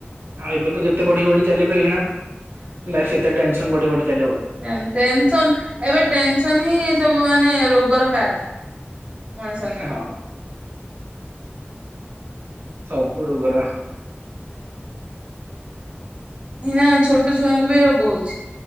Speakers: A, on the right (about 60°); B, on the right (about 30°).
A: ଆଉ ଏବେ ତ ଯେତେ ବଢି ବଢି ଚାଲିବ ଅହେଣା ଲାଇଫ ସେତେ ଟେନସନ ବଢି ବଢି ଚାଲିବ।
B: ଟେ ଟେନସନ ଏବେ ଟେନସନ ହିଁ ସବୁ ମାନେ ରୋଗର କାରଣ। ମଣିଷଙ୍କର।
A: ହଁ ସବୁ ରୋଗର।
B: ଏଇନା ଛୋଟ ଛୁଆଙ୍କୁ ବି ରୋଗ ହଉଛି